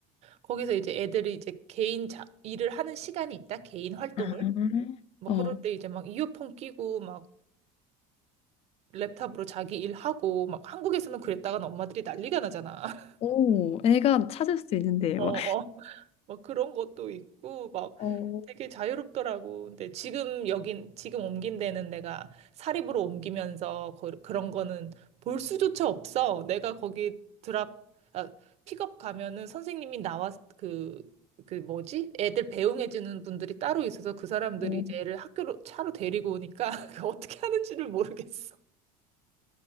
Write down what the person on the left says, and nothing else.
아,
어,
오, 애가 찾을 수도 있는데,
막.
어,
어.